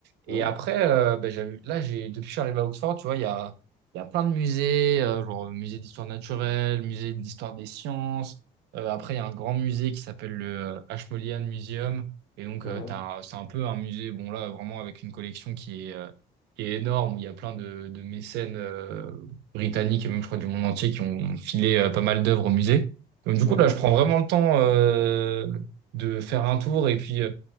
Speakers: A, on the right; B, on the left.
A: Et
B: mh.
A: après, euh, bah, j'avais- là, j'ai, depuis que je suis arrivé à Oxford, tu vois, il y a, il y a plein de musées, euh, genre euh, musée d'histoire naturelle, musée d'histoire des sciences. Euh, après, il y a un grand musée qui s'appelle le euh, Ashmolean Museum. Et donc,
B: Mmh
A: euh,
B: mh.
A: t'as un- c'est un peu un musée, bon là, vraiment avec une collection qui est, euh, qui est énorme, où il y a plein de, de mécènes euh, britanniques et même, je crois, du monde entier qui ont filé euh, pas mal d'œuvres au musée. Donc, du
B: Mmh
A: coup, là, je prends vraiment le temps euh, de faire un tour et puis euh,